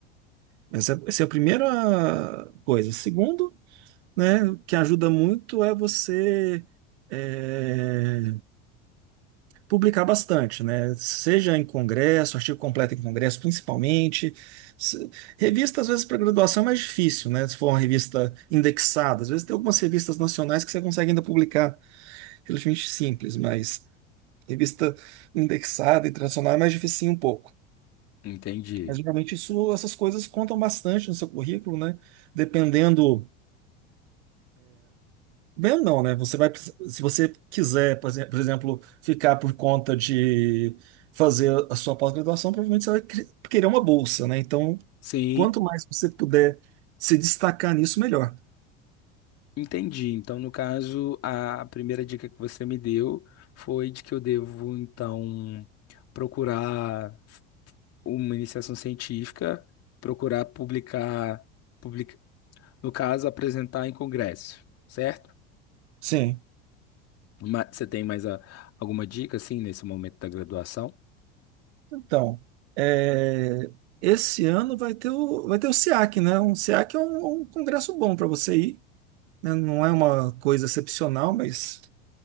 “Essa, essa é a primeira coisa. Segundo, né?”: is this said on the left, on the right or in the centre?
Right